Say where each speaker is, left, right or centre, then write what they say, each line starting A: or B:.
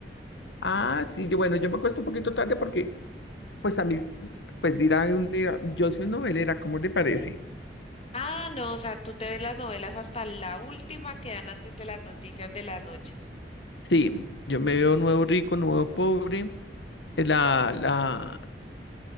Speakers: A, on the left; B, on the left.
A: Ah, sí, yo, bueno, yo me acuesto un poquito tarde porque, pues a mí, pues dirá un día, yo soy novelera, ¿cómo te parece?
B: Ah, no, o sea, tú te ves las novelas hasta la última que dan antes de las noticias de la noche.
A: Sí, yo me veo nuevo rico, nuevo pobre. eh, La, la,